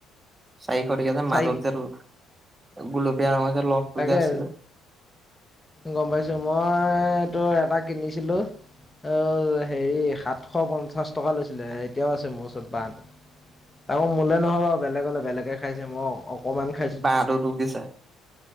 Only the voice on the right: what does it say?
<unintelligible>
যে আছে যে
বাহটো ত দিছে